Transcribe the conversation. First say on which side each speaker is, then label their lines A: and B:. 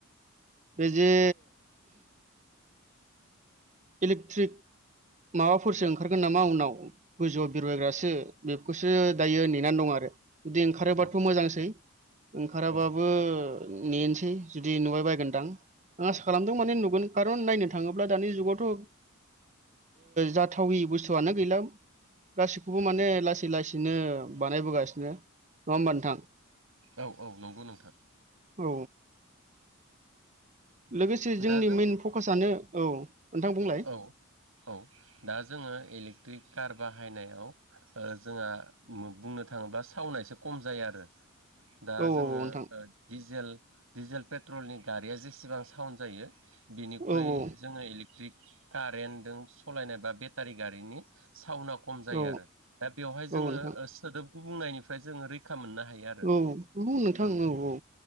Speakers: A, on the right; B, on the right.
A: बेजे इलेक्थ्रिक माबाफोरसो ओंखारगोन नामा उनाव गोजौआव बिरबायग्रासो बेखौसो दायो नेनानै दं आ रो। बिदि ओंखारोबाथ'
B: औ
A: मोजांसै ओंखाराबाबो
B: औ
A: नेनसै जुदि नुबाय बायगोनदां। आं आसा खालामदों माने नुगोन कारन नायनो थाङोब्ला दानि जुगावथ' ओ जाथावि बुस्थुआनो गैला। गासिखौबो माने लासै लासैनो बानायबोगासिनो। नङा होमबा नोंथां?
B: औ औ नंगौ नों
A: औ। लोगोसे जोंनि
B: दा जों
A: मेन फ'कासानो औ नोंथां बुंलाय
B: औ औ दा जोङो इलेक्ट्रिक कार बाहायनायाव ओ जोंहा बुंनो थाङोब्ला साव'ना एसे खम जायो आरो। दा
A: औ
B: जोङो
A: औ नोंथां
B: ओ दिजेल डिजेल पेट्रलनि गारिया जेसेबां साउड जायो बिनिख्रुइ
A: औ औ
B: जोङो इलेकट्रिक कारेन्टजों सालायनाय बा बेटारि गारिनि साउन्डआव खम जायो
A: औ
B: आरो। दा बेवहाय जोङो
A: औ नोंथां
B: ओ सोदोब गुबुंनायनिफ्राय जोङो रैखा मोननो हायो आरो
A: औ नोंगौ नोंथां
B: ओं
A: औ औ।